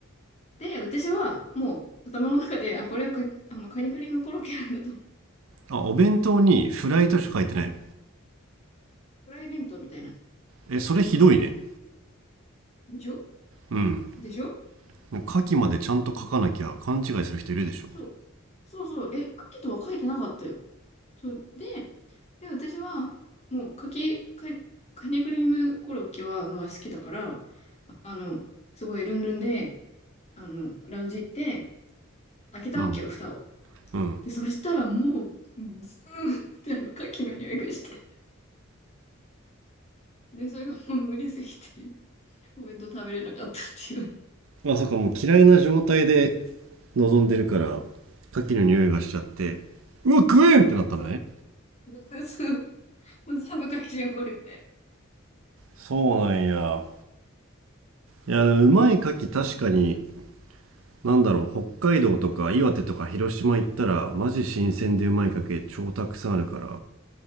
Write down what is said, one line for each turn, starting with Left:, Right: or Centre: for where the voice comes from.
Left: で、私は、もう、頭の中で、あ、これはか、あの、カニクリームコロッケなんだと。
Right: あ、お弁当にフライとしか書いてないの。
Left: フライ弁当みたいな。
Right: え、それひどいね。
Left: でしょ
Right: うん。
Left: でしょ
Right: 牡蠣までちゃんと書かなきゃ勘違いする人いるでしょ。
Left: でもそう。そうそう。え、カキとは書いてなかったよ。そう。で、で、私は、もう、かき、か、カニクリームコロッケは、まあ、好きだから、あの、すごいルンルンで、あの、ラウンジ行って、開けたわけよ、
Right: うん。
Left: 蓋を。
Right: うん。
Left: で、そしたらもう、ズーンってあの、カキの匂いがして。で、それがもう無理すぎて、お弁当食べれなかったっていう。
Right: まさかもう嫌いな状態で望んでるから、牡蠣の匂いがしちゃって、うわ、食えんってなったのね。
Left: そう。<laughs> そう。もう全部カキじゃん、これ、みたいな。っ
Right: そうなんや。いや、うまい牡蠣確かに
Left: ていう。
Right: なんだろう北海道とか岩手とか広島行ったらマジ新鮮でうまいかけ超たくさんあるから
Left: うん。